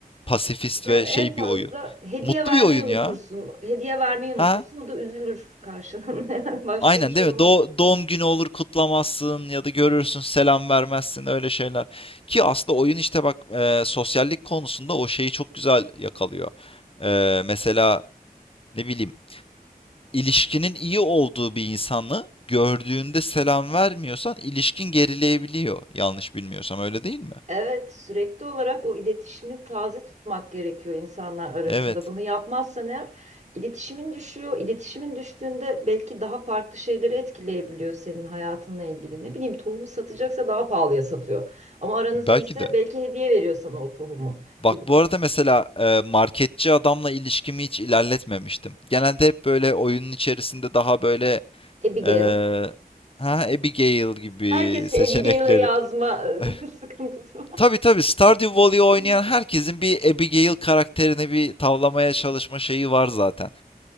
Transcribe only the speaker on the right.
Yani
en fazla
hediye
vermeyi
unutursun.
Hediye vermeyi unutursun.
O da üzülür karşılığında. <laughs> Yani başka
bir şey
olmaz.
Evet, sürekli olarak o iletişimi taze tutmak gerekiyor insanlar arasında.
Bunu yapmazsan eğer iletişimin düşüyor. İletişimin düştüğünde belki daha farklı şeyleri etkileyebiliyor senin hayatınla ilgili. Ne bileyim tohumu satacaksa daha pahalıya satıyor. Ama aranız
iyiyse
belki hediye veriyor sana o tohumu
gibi.
Abigail.
Herkes
bir Abigail'e yazma <laughs>
sıkıntısı
var.